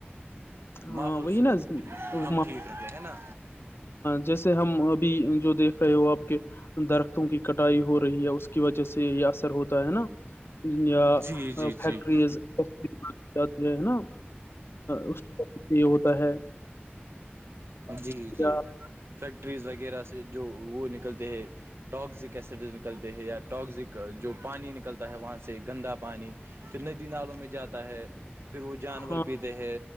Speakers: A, on the left; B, on the right.
A: ہاں
B: ماحول
A: وہی
B: سے
A: نا ز-
B: ہم
A: ما-
B: ٹھیک رکھے ہے نا
A: جیسے ہم ابھی جو دیکھ رہے ہو آپ کے درختوں کی کٹائی ہو رہی ہے اس کی وجہ سے یہ اثر ہوتا ہے نا یا
B: جی جی
A: فیکٹریز
B: جی
A: جات ہے ہے نا اس وجہ یہ ہوتا ہے
B: جی جی
A: یا
B: فیکٹریز وغیرہ سے جو وہ نکلتے ہے ٹواکزک ایسڈز نکلتے ہیں یا ٹاکزک جو پانی نکلتا ہے وہاں سے گندا پانی پھر ندی نالوں میں جاتا ہے پھر وہ جانور
A: ہاں
B: پیتے ہیں